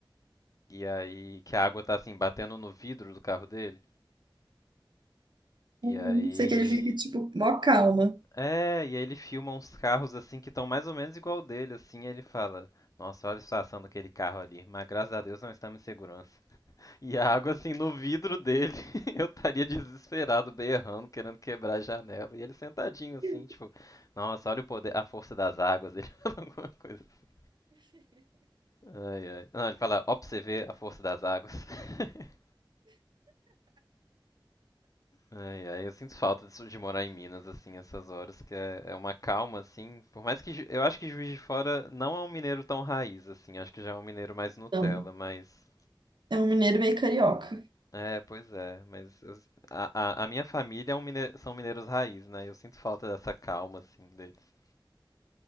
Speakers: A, on the left (about 40°); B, on the right (about 60°).
A: E aí, que a água tá assim, batendo no vidro do carro dele. E
B: Não
A: aí.
B: sei que ele fica, tipo, mó calma.
A: É, e aí ele filma uns carros assim que estão mais ou menos igual o dele, assim, e ele fala: Nossa, olha a situação daquele carro ali, mas graças a Deus não estamos em segurança. E a água, assim, no vidro dele, <laughs> eu estaria desesperado, berrando, querendo quebrar a janela. E ele sentadinho, assim,
B: <laughs>
A: tipo, nossa, olha o poder, a força das águas. Ele <laughs> fala alguma coisa. assim. Ai, ai. Não, ele fala, ó, pra você ver a força das águas. <laughs> Ai, ai, eu sinto falta disso de morar em Minas, assim, essas horas, que é, é uma calma, assim. Por mais que Ju- eu acho que Juiz de Fora não é um mineiro tão raiz, assim, acho que já é um mineiro mais Nutella,
B: Não.
A: mas
B: É um mineiro meio carioca.
A: É, pois é, mas eu- a, a- a minha família é um mine- são mineiros raiz, né? Eu sinto falta dessa calma, assim, deles.